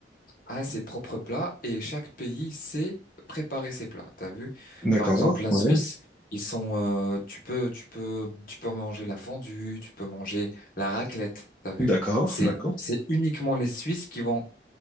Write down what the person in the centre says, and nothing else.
d'accord,
ouais,
d'accord,
d'accord.